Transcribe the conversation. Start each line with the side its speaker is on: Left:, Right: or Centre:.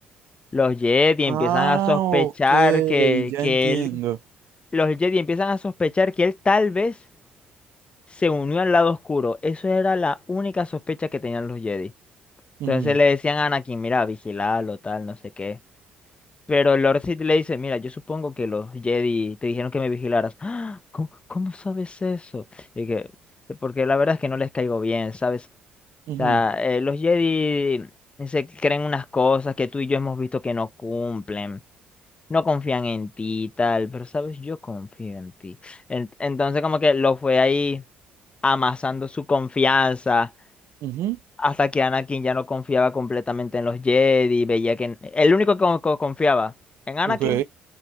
Left: Los Jedi empiezan
Right: Ah,
Left: a sospechar
Right: ok,
Left: que,
Right: ya
Left: que
Right: entiendo.
Left: él, los Jedi empiezan a sospechar que él tal vez se unió al lado oscuro. Eso era la única sospecha que tenían los Jedi.
Right: Ujú,
Left: Entonces le decían a Anakin, mira, vigilalo, tal, no sé qué. Pero Lord Sith le dice, mira, yo supongo que los Jedi te dijeron que me vigilaras. "Ah, ¿Cómo, cómo sabes eso? Y que, porque la verdad es que no les caigo bien, ¿sabes?
Right: ujú,
Left: O sea, eh, los Jedi se creen unas cosas que tú y yo hemos visto que no cumplen. No confían en ti y tal, pero sabes, yo confío en ti. En- entonces como que lo fue ahí amasando su confianza
Right: ujú,
Left: hasta que Anakin ya no confiaba completamente en los Jedi, veía que el único que co- co- confiaba en Anakin
Right: Ok,